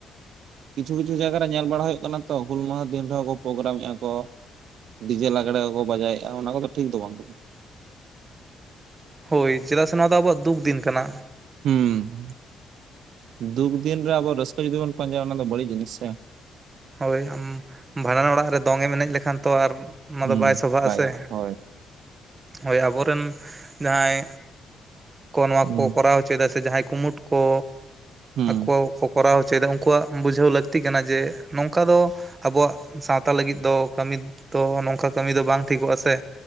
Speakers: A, on the right; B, on the right.
A: ᱠᱤᱪᱷᱩ ᱠᱤᱪᱷᱩ ᱡᱟᱭᱜᱟ ᱨᱮ ᱧᱮᱞ ᱵᱟᱲᱟ ᱦᱩᱭᱩᱜ ᱠᱟᱱᱟ ᱛᱚ ᱦᱩᱞ ᱢᱟᱦᱟ ᱫᱤᱱ ᱨᱮᱦᱚᱸ ᱠᱚ ᱯᱨᱳᱜᱨᱟᱢᱮᱫᱼᱟ ᱠᱚ ᱰᱤᱡᱮᱞ ᱟᱜᱽᱲᱟᱮ ᱠᱚᱠᱚ ᱵᱟᱡᱟᱭᱮᱫᱼᱟ ᱚᱱᱟ ᱠᱚᱫᱚ ᱴᱷᱤᱠ ᱫᱚ ᱵᱟᱝ ᱠᱟᱱᱟ᱾
B: ᱦᱳᱭ ᱪᱮᱫᱟᱜ ᱥᱮ ᱱᱚᱣᱟ ᱫᱚ ᱟᱵᱚᱣᱟᱜ ᱫᱩᱠ ᱫᱤᱱ ᱠᱟᱱᱟ᱾
A: ᱦᱮᱸ ᱫᱩᱠ ᱫᱤᱱ ᱨᱮ ᱟᱵᱚ ᱨᱟᱹᱥᱠᱟᱹ ᱡᱩᱫᱤ ᱵᱚᱱ ᱯᱟᱸᱡᱟᱭᱟ ᱚᱱᱟ ᱫᱚ ᱵᱟᱹᱲᱤᱡ ᱡᱤᱱᱤᱥ ᱥᱮ
B: ᱦᱳᱭ ᱟᱢ ᱵᱷᱟᱸᱰᱟᱱ ᱚᱲᱟᱜ ᱨᱮ ᱫᱚᱝ ᱮᱱᱮᱡ ᱞᱮᱠᱷᱟᱱ ᱛᱚ ᱟᱨ ᱚᱱᱟ
A: ᱦᱩᱸ
B: ᱫᱚ ᱵᱟᱭ ᱥᱚᱵᱷᱟᱜ ᱟᱥᱮ
A: ᱜᱟᱱᱚᱜᱼᱟ ᱦᱳᱭ
B: ᱦᱳᱭ ᱟᱵᱚᱨᱮᱱ ᱡᱟᱦᱟᱸᱭ ᱠᱚ ᱱᱚᱣᱟ
A: ᱦᱩᱸ
B: ᱠᱚᱠᱚ ᱠᱚᱨᱟᱣ ᱦᱚᱪᱚᱭᱮᱫᱟ ᱥᱮ ᱥᱮ ᱡᱟᱦᱟᱸᱭ ᱠᱩᱢᱩᱴ ᱠᱚ
A: ᱦᱩᱸ
B: ᱟᱠᱚ ᱠᱚ ᱠᱚᱨᱟᱣ ᱦᱚᱪᱚᱭᱮᱫᱟ ᱩᱱᱠᱩᱣᱟᱜ ᱵᱩᱡᱷᱟᱹᱣ ᱞᱟᱹᱠᱛᱤ ᱠᱟᱱᱟ ᱡᱮ ᱱᱚᱝᱠᱟ ᱫᱚ ᱟᱵᱚᱣᱟᱜ ᱥᱟᱶᱛᱟ ᱞᱟᱹᱜᱤᱫ ᱫᱚ ᱠᱟᱹᱢᱤ ᱫᱚ ᱱᱚᱝᱠᱟ ᱠᱟᱹᱢᱤ ᱫᱚ ᱵᱟᱝ ᱴᱷᱤᱠᱚᱜᱼᱟ ᱥᱮ